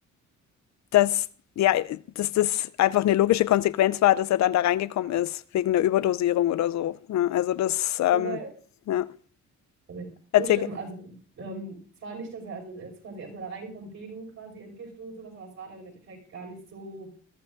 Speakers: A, on the left; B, on the right.
A: dass ja, dass das einfach eine logische Konsequenz war, dass er dann da reingekommen ist, wegen einer Überdosierung oder so. Ja, also das, ähm,
B: So,
A: ja,
B: Okay.
A: erzähl.
B: So schlimm. Also ähm, zwar nicht, dass er also er quasi erstmal da reinkommt wegen quasi Entgiftung und sowas, aber es war dann im Endeffekt gar nicht so,